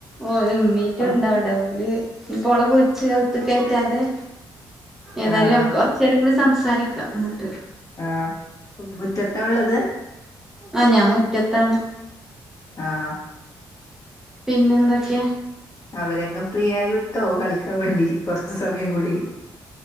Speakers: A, in the centre; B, on the left (about 45°).
A: ഓ എമ്മീറ്റ
B: ആഹ്
A: ഉണ്ടവ്ടെ ഓല് ഇപ്പോളെ കുളിച്ച് അകത്ത് കെയറ്റാതെ ഏതായാലും
B: ആഹ്
A: നമക്ക് കൊറച്ച് നേരകൂടി സംസാരിക്കാ എന്നിട്ട്
B: ആഹ് മുറ്റത്താ ഉള്ളത്.
A: ആഹ് ഞാൻ മുറ്റത്താണ്
B: ആഹ്
A: പിന്നെന്തൊക്കെ
B: അവരെ അങ്ങ് ഫ്രീ ആയി വിട്ടോ കളിക്കാൻ വേണ്ടി കൊറച്ച് സമയം കുടി.